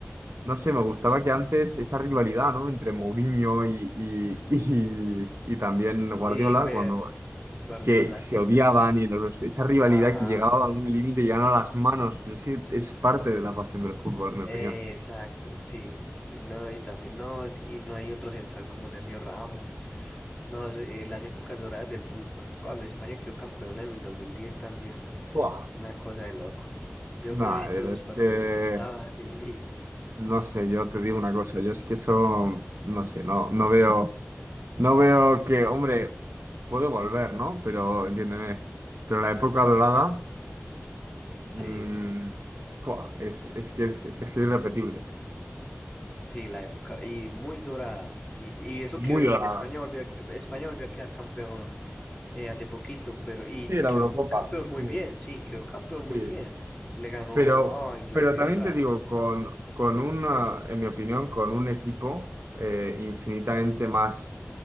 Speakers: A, on the right; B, on the left.
A: No sé, me gustaba que antes esa rivalidad, ¿no? Entre Mourinho y, y, y, y también Guardiola,
B: y Pep
A: cuando
B: Guardiola,
A: que se
B: sí.
A: odiaban y los, esa rivalidad
B: Ajá.
A: que llegaba a algún límite y llegaban a las manos, pero es que es parte de la pasión del fútbol, en mi
B: Eh,
A: opinión.
B: exacto, sí. No, y también, no, es- y no hay otro central como Sergio Ramos. No, es, eh, las épocas doradas del fútbol. Cuando España quedó campeona en el 2010 también.
A: Buah,
B: Una cosa de locos. <laughs> Yo
A: nada,
B: me vi todos
A: pero
B: sus
A: es
B: partidos.
A: que,
B: Estaba, <laughs> y-
A: no sé, yo te digo una cosa, yo es que eso, no sé, no, no veo, no veo que, hombre, puede volver, ¿no? Pero, entiéndeme, pero la época dorada, mm,
B: sí,
A: buah, es, es que es, es casi irrepetible.
B: sí, la época. Y muy dorada. Y, y eso
A: muy
B: que
A: dorada.
B: España volvió, a- España volvió a quedar campeón eh, hace poquito, pero, y
A: Sí,
B: te
A: la
B: quedó
A: Eurocopa,
B: campeón
A: sí.
B: muy bien, sí, quedó campeón muy
A: Sí,
B: bien. Le ganó
A: pero,
B: a Inglaterra
A: pero también te digo, con, con una, en mi opinión, con un equipo eh, infinitamente más,